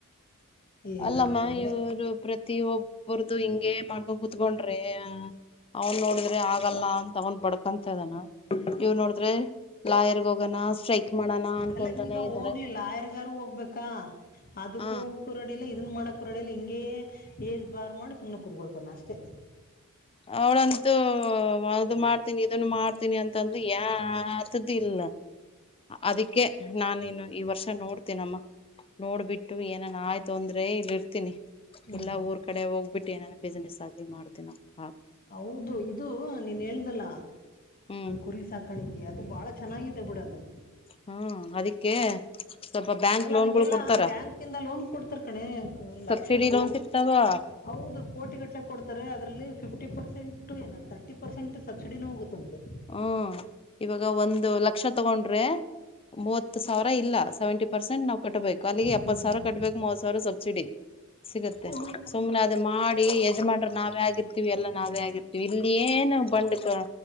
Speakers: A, on the left (about 40°); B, on the left (about 25°).
A: ಏನಾಗಲ್ಲ
B: ಅಲ್ಲಮ್ಮ
A: ಬಿಡೆ
B: ಇವರು ಪ್ರತಿ ಒಬ್ಬರದು ಹಿಂಗೆ ಮಾಡ್ಕೊಂಡ ಕುತ್ಕೊಂಡ್ರೆ. ಅವನ್ ನೋಡಿದ್ರೆ ಆಗಲ್ಲ ಅಂತ ಅವನ್ ಬಡ್ಕಂತ ಇದಾನ ಇವನ ನೋಡಿದ್ರೆ. ಲಾಯರ್ಗ ಹೋಗಣ ಸ್ಟ್ರೈಕ್ ಮಾಡಣ ಅನ್ಕೊಂತಾನೇ
A: ಅಲ್ಲ ಈಗ
B: ಇದ್ದಾರೆ.
A: ಹೋಗ್ಲಿಲ್ಲ ಆಯರ್ಗಾರು ಹೋಗ್ಬೇಕಾ ಅದಕ್ಕೂ.
B: ಹ
A: ರಡಿಲ್ಲ ಇದನ್ ಮಾಡಕ ರಡಿಲ್ಲ ಹಿಂಗೆ ಏಜ್ ಬಾರ್ ಮಾಡಿ ಸುಮ್ಮನೆ ಕೂತ್ಕೊಳ್ತಾನ ಅಷ್ಟೇ.
B: ಅವ್ಳಂತೂ ಅದು ಮಾಡ್ತೀನಿ ಇದನು ಮಾಡ್ತೀನಿ ಅಂತಂದಳು <unintelligible> ಇಲ್ಲ. ಅದಕ್ಕೆ ನಾನ ಇನು ಈ ವರ್ಷ ನೋಡ್ತೀ ಮ್ಮ ನೋಡ್ಬಿಟ್ಟು ಏನ್. ನಾನು ಆಯ್ತು ಅಂದ್ರೆ ಇಲ್ಲಿ ಇರ್ತೀನಿ
A: ಹ್ಮ್
B: ಇಲ್ಲಾ ಊರ್ ಕಡೆ ಹೋಗ್ಬಿಟ್ಟು ಏನ ಬಿಸ್ನೆಸ್ ಆಗ್ಲಿ ಮಾಡ್ತಿನಿ ನಾವು.
A: ಹೌದು ಇದು ನೀನ ಹೇಳ್ದಲ್ಲ
B: ಹ್ಮ್
A: ಕು ತಕಾಣಿಕೆ ಅದು ಬಹಳ ಚೆನ್ನಾಗಿದೆ ಬಿಡ ಅದು.
B: ಹ್ಮ್ ಅದಕ್ಕೆ. ಸ್ವಲ್ಪ ಬ್ಯಾಂಕ್
A: ಅಲ್ಲ
B: ಲೋನ್ಗಳು
A: ಅದಕ್ಕೆಲ್ಲಾ
B: ಕೊಡ್ತಾರ
A: ಬ್ಯಾಂಕನಿಂದ ಲೋನ್ ಕೊಡ್ತಿರ್ ಕಣೆ
B: ಸಬ್ಸಿಡಿ
A: ಲಕ್ಷ ಕೊ
B: ಲೋನ್ ಸಿಕ್ತಾವ
A: ಹೌದು ಕೋಟಿ ಗಟ್ಲೆ ಕೊಡ್ತಾರೆ ಅದರಲ್ಲಿ ಫಿಫ್ಟಿ ಪರ್ಸೆಂಟ್ ಏನಲ್ಲ ತರ್ಟಿ ಪರ್ಸೆಂಟ್ ಸಬ್ಸಿಡಿನ ಹೋಗುತ್ತೆ. ತಂತ್ತೆ.
B: ಹ್ಮ ಇವಾಗ ಒಂದು ಲಕ್ಷ ತಗೊಂಡ್ರೆ. ಮೂವತ್ತು ಸಾವಿರ ಇಲ್ಲ ಸೆವೆಂಟಿ ಪರ್ಸೆಂಟ್ ನಾವ್ ಕಟ್ಬೇಕು ಅಲ್ಲಿಗೆ
A: ಹ್ಮ್
B: ಎಪ್ಪತ್ತ ಸಾವಿರ ಕಟ್ಬೇಕು ಮೂವತ್ತ ಸಾವಿರ ಸಬ್ಸಿಡಿ. ಸಿಗತ್ತೆ.
A: ಹ್ಮ್ ಹ್ಮ್
B: ಸುಮ್ನೆ ಅದ ಮಾಡಿ ಯಜಮಾನ್ರ ನಾವೇ ಆಗಿರ್ತಿವಿ ಎಲ್ಲ ನಾವೇ ಆಗಿರ್ತಿವಿ ಇಲ್ಲಿ ಏನ್ ಬಂಡಕ.